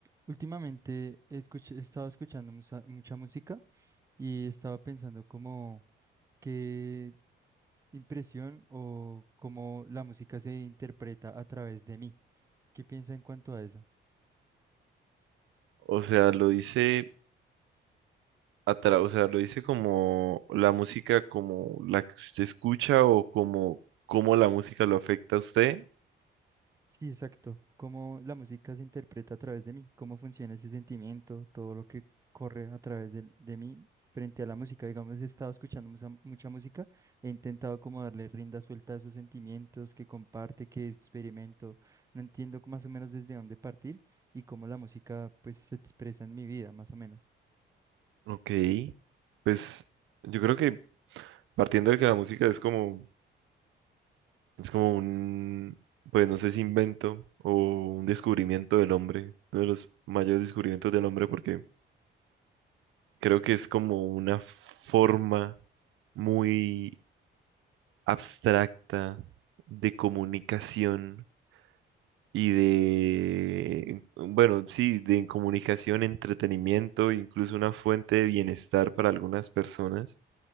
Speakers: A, on the right; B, on the right.
A: Últimamente he, escuch- he estado escuchando musa- mucha música y estaba pensando como qué impresión o cómo la música se interpreta a través de mí. ¿Qué piensa en cuanto a eso?
B: O sea, lo dice atra- o sea, lo dice como la música como la que usted escucha o como cómo la música lo afecta a usted.
A: Sí, exacto. Cómo la música se interpreta a través de mí, cómo funciona ese sentimiento, todo lo que corre a través de, de mí frente a la música. Digamos, he estado escuchando mucha, mucha música, he intentado como darle rienda suelta a esos sentimientos que comparte, que experimento. No entiendo más o menos desde dónde partir y cómo la música pues se expresa en mi vida, más o menos.
B: Ok, pues yo creo que partiendo de que la música es como es como un pues no sé si invento o un descubrimiento del hombre, uno de los mayores descubrimientos del hombre porque creo que es como una forma muy abstracta de comunicación y de, bueno, sí, de comunicación, entretenimiento, incluso una fuente de bienestar para algunas personas